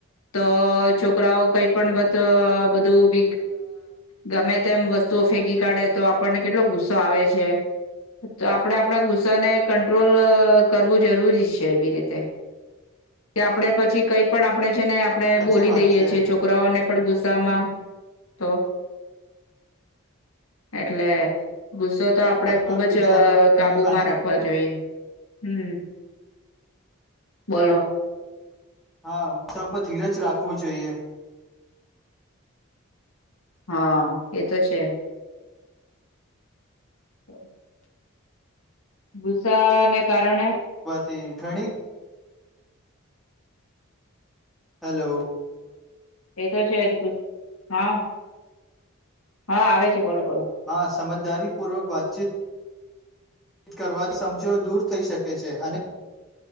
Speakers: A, on the left (about 85°); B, in the centre.
A: તો છોકરાઓ કઈ પણ બ બધું બ ગમે તેમ વસ્તુઓ ફેંકી કાઢે તો આપણને કેટલો ગુસ્સો આવે છે, તો આપણેે આપણા ગુસ્સાને કંટ્રોલ અ કરવું જરૂરી છે. એવી રીતે કે આપણે પછી કઈ પણ આપણે છે ને આપડણે
B: સાચી
A: બોલી
B: વાત
A: દઈએ
B: છે
A: છીએ છોકરાઓને પણ ગુસ્સામાં તો એટલે ગુસ્સો તો આપડે
B: આત્મક
A: ખુબ
B: વિચારને
A: જ કાબુમાં
B: અને
A: રાખવા જોઈએ. હમ્મ બોલો
B: હા <unintelligible> ધીરજ રાખવું જોઈએ.
A: હા એ તો છે. <inaudible> ગુસ્સો સા ને કારણે
B: તે ઘણી હલો
A: એ તો છે જ હા હા આવે છે બોલો બોલો
B: હા સમજદારીપૂર્વક વાતચીત કરવા સમજો દૂર થઈ શકે છે અને